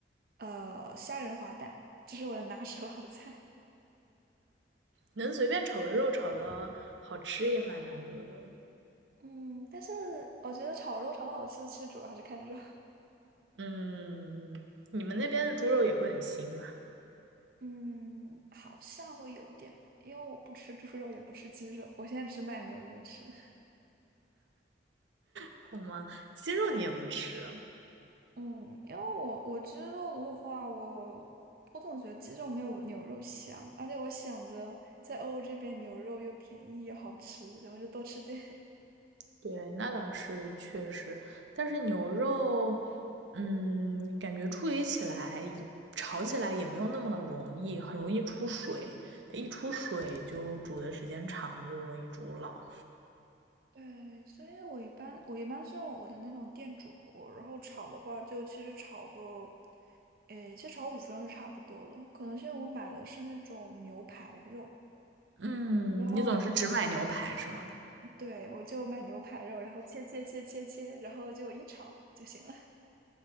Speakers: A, on the right (about 50°); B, on the right (about 85°).
A: 呃虾仁滑蛋，这是我的拿手好菜。
B: 能随便炒个肉炒的好吃也蛮难得的。
A: <laughs> 嗯，但是我觉得炒肉炒的好吃，其实主要还是看肉。
B: 嗯，你们那边的猪肉也会很腥吗？
A: <laughs> 嗯，好像会有点吧，因为我不吃猪肉，也不吃鸡肉，我现在只买牛肉吃。
B: 好吗？鸡肉你也不吃？
A: 嗯，因为我我鸡肉的话，我我总觉得鸡肉没有牛肉香，而且我想着在欧洲这边牛肉又便宜又好吃，然后就多吃点。
B: 对，那倒是确实，但是牛肉，嗯，感觉处理起来、炒起来也没有那么容易，很容易出水。它一出水就煮的时间长，就容易煮老。
A: <laughs> 对，所以我一般我一般是用我的那种电煮锅，然后炒的话就其实炒个，诶，其实炒五分钟就差不多了。可能是因为我买的是那种牛排肉，
B: 嗯，
A: 然后
B: 你总是只买牛排是吗？
A: 对我就买牛排肉，然后切切切切切，然后就一炒就行了。